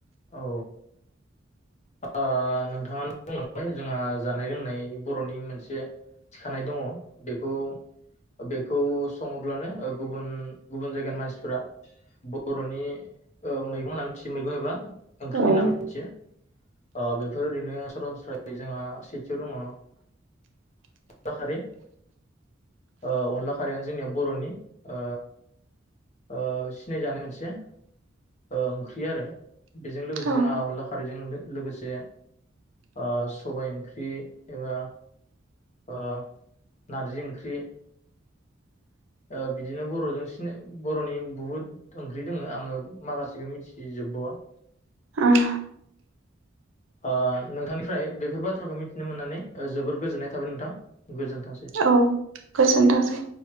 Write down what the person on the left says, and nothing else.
औ ओ नोंथाङा बुंलांबाय। जोंहा जानाय लोंनाय बर'नि मोनसे थिखानाय दङ' बेखौ बेखौ सङोब्लानो ओ गुबुन गुबुन जायगानि मानसिफोरा बर'नि ओ मैगं होनना मिथियो मैगं एबा ओंख्रि
होनना मिथियो। ओ बेफोर ओरैनो सरासनस्रायै जोंहा सेथियाव दङ' अनला खारै ओ अनला खारियानो जोंनिया बर'नि ओ ओ सिनायजानाय मोनसे ओ ओंख्रि आरो। बेजों लोगोसे
जोंहा अनला खारै जों दो लोगोसे ओ सबाय ओंख्रि एबा ओ नारजि ओंख्रि ओ बिदिनो बर'जों सिना बर'नि बुहुद ओंख्रि दोङो आङो माखासेखौ मिथिजोबबावा
ओ नोंथांनिफ्राय बेफोर बाथ्राखौ मिथिनो मोननानै जोबोर गोजोननाय थाबाय नोंथां। गोजोनथोंसै।